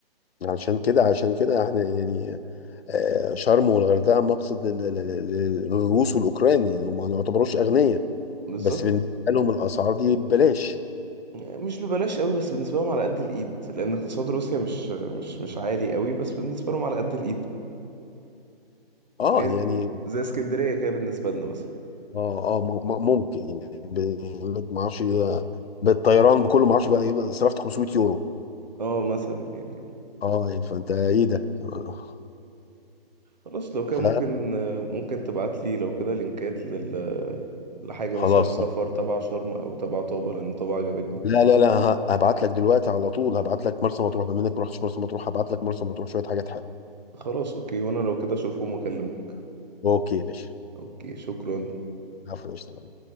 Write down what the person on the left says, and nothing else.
عشان كده عشان كده احنا يعني آه، شرم والغردقه مقصد لل- لل- لل- للروس والاوكران يعني هم ما يعتبروش اغنياء
بس بالنسبه لهم الاسعار دي ببلاش
اه
يعني
اه اه م- م- ممكن يعني ب- ما اعرفش ده- بالطيران بكله ما اعرفش بقى إيه، صرفت 500 يورو
اه يعني فانت ايه ده آه.
ف-
خلاص
لا لا لا ه- هبعت لك دلوقتي على طول هبعت لك مرسى مطروح بما انك ما رحتش مرسى مطروح هبعت لك مرسى مطروح شويه حاجات حلوه
اوكي يا باشا
عفوا يا باشا